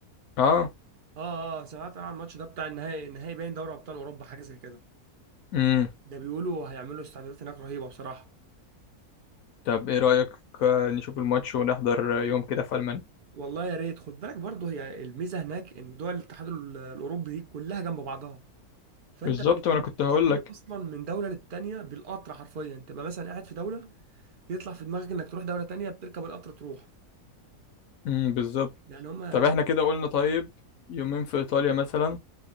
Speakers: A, on the left; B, on the right.
A: اه
B: اه اه سمعت انا عن الماتش ده بتاع النهائي النهائي باين دوري ابطال اوروبا حاجه زي كده
A: امم
B: ده بيقولوا هيعملوا استعدادات هناك رهيبه بصراحه
A: طب ايه رأيك آه، نشوف الماتش ونحضر يوم كده في ألمانيا
B: والله يا ريت خد بالك برضه هي الميزه هناك ان دول الاتحاد ال- الاوروبي دي كلها جنب بعضها فانت
A: بالظبط
B: بتت-
A: ما انا كنت
B: بتتنقل
A: هقول لك
B: اصلا من دوله للتانيه بالقطر حرفيا تبقى مثلا قاعد في دوله يطلع في دماغك انك تروح دوله تانيه بتركب القطر تروح
A: امم بالظبط
B: يعني هما
A: طب احنا كده قلنا طيب يومين في ايطاليا مثلا